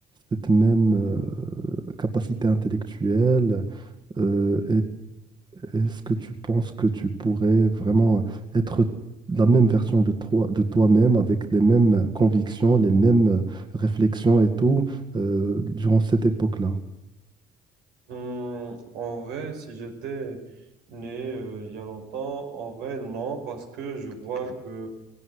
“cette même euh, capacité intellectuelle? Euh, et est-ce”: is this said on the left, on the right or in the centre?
Right